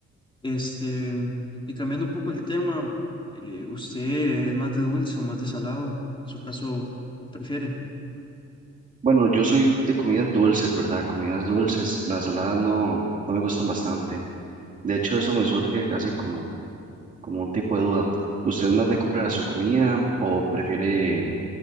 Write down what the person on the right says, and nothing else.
Bueno, yo soy de comidas dulces, ¿verdad? Comidas dulces. Las saladas no, no me gustan bastante. De hecho, eso me surge casi como, como un tipo de duda. ¿Usted es más de comprar su comida o prefiere em,